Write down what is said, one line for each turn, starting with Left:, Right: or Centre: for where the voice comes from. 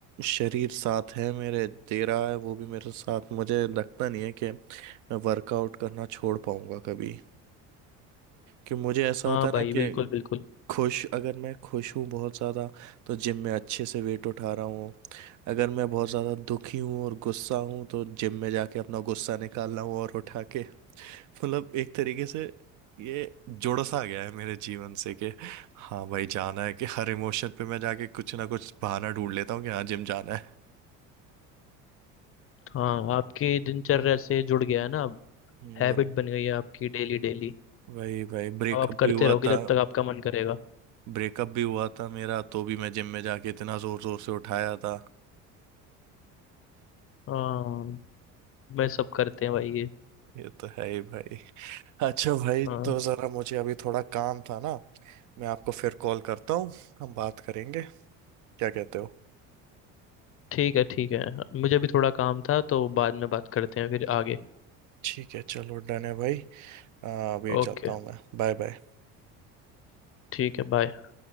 Right: शरीर साथ है मेरे दे रहा है वो भी मेरे साथ मुझे लगता नहीं है कि मैं वर्कआउट करना छोड़ पाऊंगा कभी कि मुझे ऐसा
Left: हाँ
Right: होता है
Left: भाई
Right: ना
Left: बिल्कुल
Right: कि
Left: बिल्कुल
Right: खुश अगर मैं खुश हूँ बहुत ज़्यादा तो जिम में अच्छे से वेट उठा रहा हूँ अगर मैं बहुत ज़्यादा दुखी हूँ और गुस्सा हूँ तो जिम में जाके अपना गुस्सा निकाल रहा हूँ और उठा के <laughs> मतलब एक तरीके से ये जुड़ सा गया है मेरे जीवन से कि हाँ भाई जाना है कि हर इमोशन पे मैं जाके कुछ ना कुछ बहाना ढूंढ लेता हूँ कि हाँ जिम जाना है
Left: हाँ आपकी दिनचर्या से जुड़ गया है ना अब
Right: हम्म,
Left: हैबिट
Right: वही
Left: बन गई है आपकी डेली डेली
Right: वही भाई ब्रेकअप
Left: अब आप करते
Right: भी हुआ
Left: रहोगे
Right: था
Left: जब तक आपका मन करेगा
Right: ब्रेकअप भी हुआ था मेरा तो भी मैं जिम में जाके इतना जोर जोर से उठाया था
Left: हाँ मैं सब करते हैं भाई ये
Right: ये तो है ही भाई अच्छा भाई
Left: हाँ
Right: तो जरा मुझे अभी थोड़ा काम था ना मैं आपको फिर कॉल करता हूँ हम बात करेंगे क्या कहते हो
Left: ठीक है ठीक है मुझे भी थोड़ा काम था तो बाद में बात करते हैं फिर आगे
Right: ठीक है चलो डन है भाई आ, अभी चलता
Left: ओके
Right: हूँ मैं Bye bye
Left: ठीक है बाय